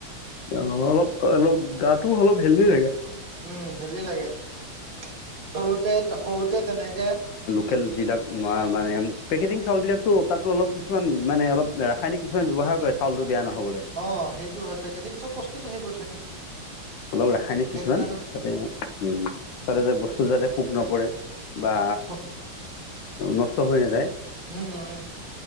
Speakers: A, on the left; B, on the right.
A: অ' অলপ-অলপ গাটো অলপ হেল্ডি থাকে।
B: উম হেল্ডি লাগে সৰুতে-সৰুতে তেনেকে
A: কেলে যিবিলাক মানে পেকেটিং চাউল বিলাক তাতো অলপ কিছুমান মানে অলপ ৰাসায়নিক কিছুমান ব্যৱহাৰ কৰে। চাউলটো বেয়া নহ'বলৈ
B: অ' সেইটো হয় পেকেজিং চব বস্তুতে সেইবোৰ থাকে
A: অলপ ৰাসায়নিক কিছুমান
B: সেইটো কাৰণে
A: তাতে, উম তাতে যে বস্তু যাতে পোক নপৰে বা
B: উম
A: নষ্ট হৈ নাযায়
B: উম-উম